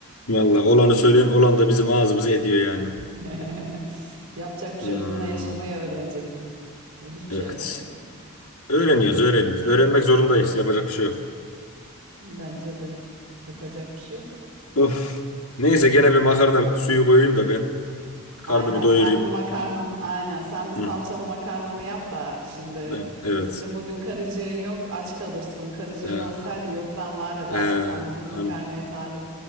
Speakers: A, on the left (about 85°); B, on the right (about 75°).
A: Vallahi olanı söyleyen olan da bizim ağzımızı ediyor yani.
B: <laughs> Yapacak bir
A: Hmm,
B: şey yok. Bununla yaşamayı öğreneceksin. Bu hiçbir
A: evet.
B: şey yapamayız.
A: Öğreniyoruz, öğreniyoruz. Öğrenmek zorundayız. Yapacak bir şey yok.
B: Bence de yapacak bir şey yok.
A: Of. Neyse gene bir makarna suyu koyayım da ben karnımı
B: Aynen
A: doyurayım.
B: sen bir makarnanı aynen sen bir
A: Hı,
B: salçalı makarnanı yap da şimdi
A: ben, evet.
B: senin bugün karıcığın yok aç kalırsın. Karıcığın
A: Ee,
B: olsaydı yoktan var ederdi.
A: e,
B: Sen bugün
A: hanım,
B: makarnaya talim.